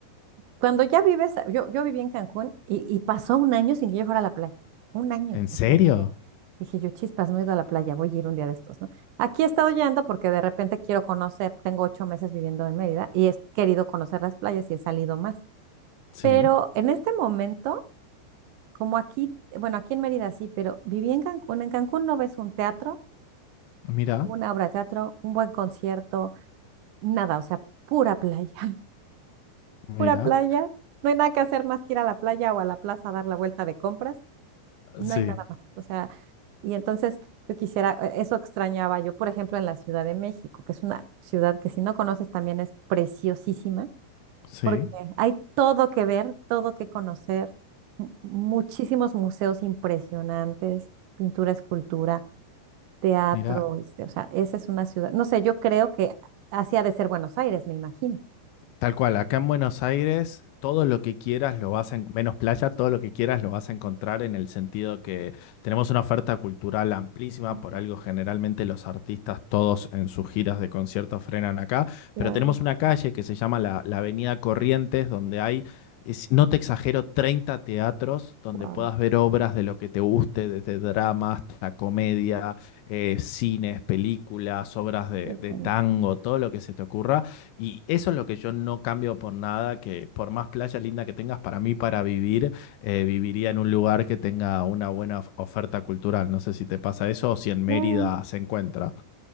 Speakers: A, on the right; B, on the left.
A: Cuando ya vives, yo, yo viví en Cancún y, y pasó un año sin que yo fuera a la playa. Un año.
B: ¿En serio?
A: Ujú. Dije yo, chispas, no he ido a la playa, voy a ir un día de estos, ¿no? Aquí he estado yendo porque de repente quiero conocer, tengo ocho meses viviendo en Mérida y he querido conocer las playas y he salido más.
B: Sí.
A: Pero en este momento, como aquí, bueno, aquí en Mérida sí, pero viví en Cancún. En Cancún no ves un teatro,
B: Mira,
A: una obra de teatro, un buen concierto, nada, o sea, pura playa, <laughs>
B: mira.
A: pura playa. No hay nada que hacer más que ir a la playa o a la plaza a dar la vuelta de compras no
B: Sí,
A: hay nada más. O sea, y entonces yo quisiera, eh, eso extrañaba yo, por ejemplo, en la Ciudad de México, que es una ciudad que si no conoces también es preciosísima,
B: sí.
A: porque hay todo que ver, todo que conocer, mu- muchísimos museos impresionantes, pintura, escultura, teatro,
B: Mira,
A: este, o sea, esa es una ciudad, no sé, yo creo que así ha de ser Buenos Aires, me imagino.
B: Tal cual, acá en Buenos Aires, todo lo que quieras lo vas a, en- menos playa, todo lo que quieras lo vas a encontrar en el sentido que tenemos una oferta cultural amplísima,
A: Ujú,
B: por algo generalmente los artistas todos en sus giras de conciertos frenan acá,
A: Claro,
B: pero tenemos una calle que se llama la, la Avenida Corrientes, donde hay, es- no te exagero, 30 teatros donde
A: wow,
B: puedas ver obras de lo que te guste, desde drama hasta comedia, eh, cines, películas, obras de
A: es
B: de
A: bonito.
B: tango, todo lo que se te ocurra. Y eso es lo que yo no cambio por nada, que por más playa linda que tengas, para mí, para vivir, eh, viviría en un lugar que tenga una buena of- oferta cultural. No sé si te pasa eso o si en Mérida
A: Claro.
B: se encuentra.